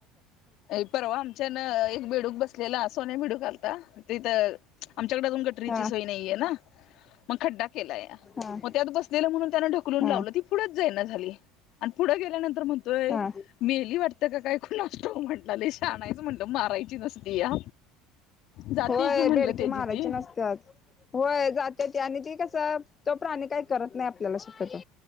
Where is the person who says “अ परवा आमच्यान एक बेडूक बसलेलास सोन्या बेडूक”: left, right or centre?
Left